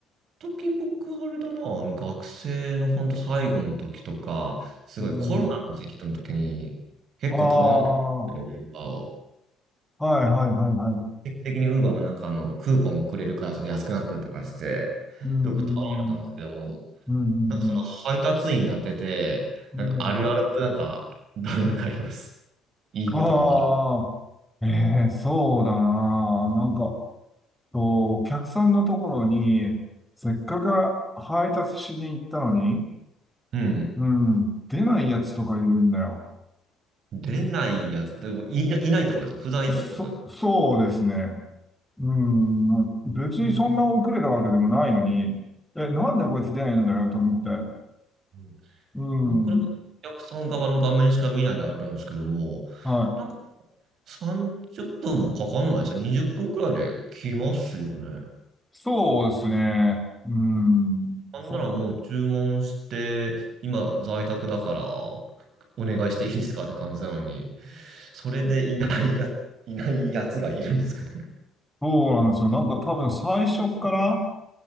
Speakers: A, on the right; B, in the centre.
A: 時僕、あれだな、あの学生の本当最後の時とか、すごいコロナの時期の時に、
B: うん。
A: 結構頼んでる、
B: ああ、は
A: ウーバーを。
B: いはいはいはい。
A: 定期的にウーバーもなんかあの、クーポンくれるからちょっと安くなったりとかして、
B: うん、
A: よく頼んでたんですけども、
B: うん、うん、うん、うん。
A: なんかその配達員やってて、
B: うんうん
A: なんかあるあるってなんか、どういうのかあります。いいことも悪い。
B: ああ、ええそうだな。なんか、とお客さんのところに、せっかく配達しに行ったのに、
A: うん。
B: うん、出ないやつとかいるんだよ。
A: 出ないやつ、でもい、いないってことですか不在だってことですか
B: そ、そうですね。うん、まあ別にそんな遅れたわけでもないのに、
A: えー
B: え、なんでこいつ出ないんだよと思って。
A: うん
B: うん、
A: なんかなんかお客さん側の画面しか見ないんであれなんですけども、
B: はい。
A: なんか30分もかかんないですよ。20分くらいで来ますよね。
B: そうですね。うん、
A: なんならもう注文して、
B: そ、
A: 今在宅だから、お願いしていいですかって感じなのに、それでいないや、いないやつがいるんですかね。
B: そうなんですよ。なんか多分最初っから、